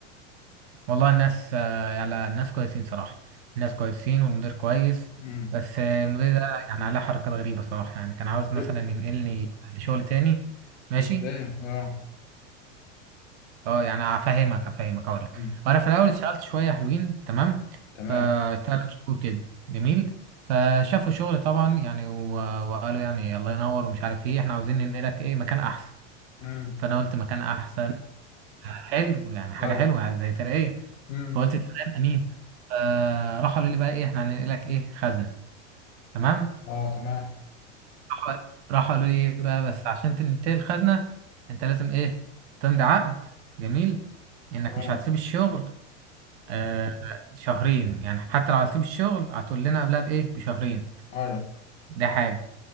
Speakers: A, on the right (about 60°); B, on the left (about 80°).
A: والله الناس آه، يعني الناس كويسين صراحة الناس كويسين والمدير كويس
B: امم
A: بس آه، المدير ده يعني عليه حركات غريبة صراحة يعني كان عاوز
B: إيه؟
A: مثلا ينقلني لشغل تاني ماشي
B: ازاي اه
A: اه يعني افهمك افهمك اقول لك
B: مم.
A: انا في الاول اشتغلت شويه حلوين تمام
B: تمام
A: فتلات شهور كده جميل فشافوا شغل طبعا يعني و- وقالوا يعني الله ينور ومش عارف ايه احنا عاوزين ننقلك ايه مكان احسن
B: امم
A: فانا قلت مكان احسن حلو يعني حاجه
B: ايوه
A: حلوه يعني زي ترقيه
B: مم.
A: فقلت تمام امين آه راح قالوا لي بقى ايه احنا هننقلك ايه خزنه تمام
B: اه تمام
A: راح راح قالوا لي ايه بقى بس عشان تنتقل الخزنه انت لازم ايه تمضي عقد جميل انك
B: تمام
A: مش هتسيب الشغل آه شهرين يعني حتى لو هتسيب الشغل هتقول لنا قبلها بايه بشهرين
B: ايوه
A: ده حاجه